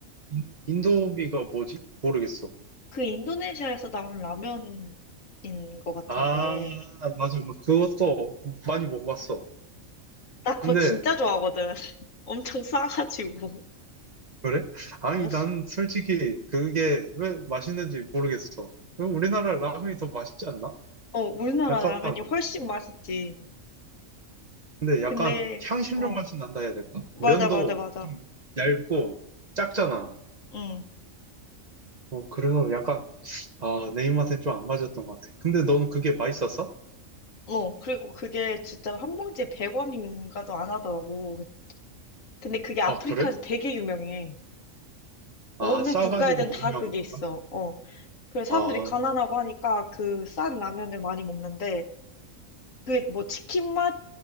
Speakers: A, on the right; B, on the left.
A: 인, 인도미가 뭐지? 모르겠어.
B: 그 인도네시아에서 나온 라면인 것 같은데.
A: 아, 맞아. 뭐 그것도 많이 먹어봤어.
B: 나
A: 근데,
B: 그거 진짜 좋아하거든. <laughs> 엄청 싸가지고.
A: 그래? 아니,
B: 어,
A: 난 솔직히 그게 왜 맛있는지 모르겠어. 그럼 우리나라 라면이 더 맛있지 않나?
B: 어, 우리나라
A: 약간,
B: 라면이 훨씬 맛있지.
A: 근데 약간
B: 근데,
A: 향신료
B: 어,
A: 맛이 난다 해야 될까?
B: 맞아,
A: 면도
B: 맞아, 맞아.
A: 좀 얇고 작잖아.
B: 응.
A: 어, 그래서 약간, 아, 내 입맛엔 좀 안 맞았던 것 같아. 근데 너는 그게 맛있었어?
B: 어, 그리고 그게 진짜 한 봉지에 100원인가도 안 하더라고. 근데 그게 아프리카에서
A: 아, 그래?
B: 되게 유명해. 어느
A: 아, 싸가지고
B: 국가에든
A: 유명한
B: 다 그게
A: 건가?
B: 있어. 어. 그래서
A: 아,
B: 사람들이 가난하고 하니까 그 싼 라면을 많이 먹는데 그게 뭐 치킨 맛,